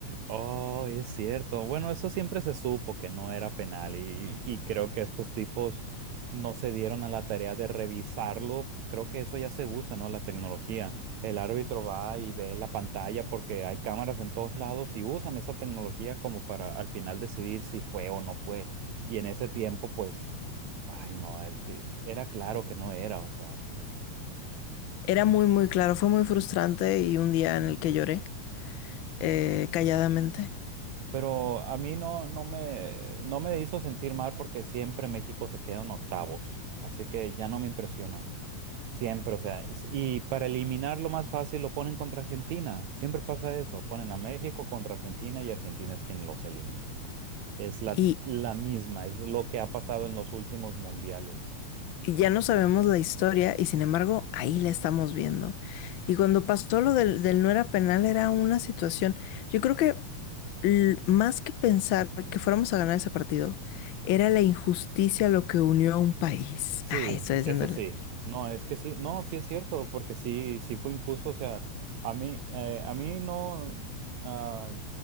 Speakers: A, on the right (about 75°); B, on the left (about 65°).
A: Oh, es cierto. Bueno, eso siempre se supo que no era penal y, y creo que estos tipos no se dieron a la tarea de revisarlo. Creo que eso ya se usa, ¿no? La tecnología. El árbitro va y ve la pantalla porque hay cámaras en todos lados y usan esa tecnología como para al final decidir si fue o no fue. Y en ese tiempo, pues, ay, no, el ti- era claro que no era, o sea.
B: Era muy, muy claro, fue muy frustrante y un día en el que lloré eh, calladamente.
A: Pero a mí no, no me, no me hizo sentir mal porque siempre México se queda en octavos, así que ya no me impresiona. Siempre, o sea, es- y para eliminarlo más fácil lo ponen contra Argentina. Siempre pasa eso, ponen a México contra Argentina y Argentina es quien los elimina. Es la,
B: Y,
A: la misma, es lo que ha pasado en los últimos mundiales.
B: y ya no sabemos la historia y sin embargo ahí la estamos viendo. Y cuando pasó lo del, del no era penal era una situación, yo creo que l- más que pensar que fuéramos a ganar ese partido, era la injusticia lo que unió a un país.
A: Sí,
B: Ay, estoy diciéndole.
A: eso sí. No, es que sí, no, sí es cierto, porque sí, sí fue injusto. O sea, a mí, eh, a mí no, ah,